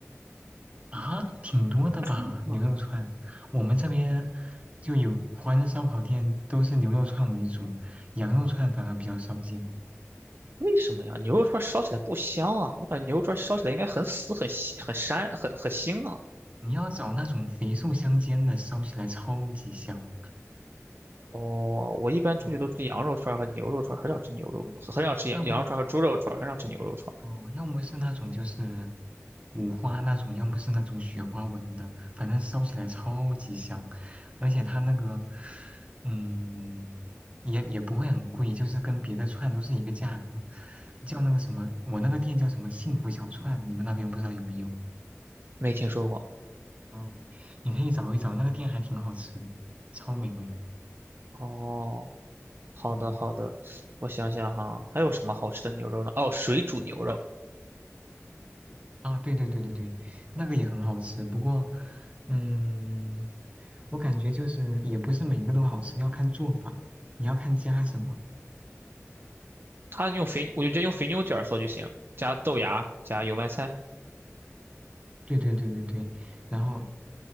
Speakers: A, on the right; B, on the right.
A: 啊，挺多的吧，
B: 嗯，
A: 牛肉串。我们这边就有华人烧烤店，都是牛肉串为主，羊肉串反而比较少见。
B: 为什么呀？牛肉串儿烧起来不香啊？我感觉牛肉串儿烧起来应该很死、很腥很膻、很很腥啊。
A: 你要找那种肥瘦相间的，烧起来超级香。
B: 哦，我一般出去都吃羊肉串儿和牛肉串儿，
A: 嗯，
B: 很少吃牛肉，
A: 嗯
B: 很很少吃羊羊肉串儿和猪肉串儿，
A: 要么
B: 很少吃牛肉串儿。
A: 哦，哦要么是那种就是五花那种，要么是那种雪花纹的，反正烧起来超级香，而且它那个，嗯，也也不会很贵，就是跟别的串都是一个价格，叫那个什么，我那个店叫什么幸福小串，你们那边不知道有没有？
B: 没听说过。
A: 嗯，你可以找一找，那个店还挺好吃的超美味。
B: 哦，好的好的，
A: 嗯。
B: 我想想哈，还有什么好吃的牛肉呢？哦，水煮牛肉，
A: 啊，对对对对对，那个也很好吃。不过，嗯，我感觉就是也不是每一个都好吃，要看做法，你要看加什么。
B: 它用肥，我就直接用肥牛卷儿做就行，加豆芽，加油麦菜
A: 对对对对对，然后，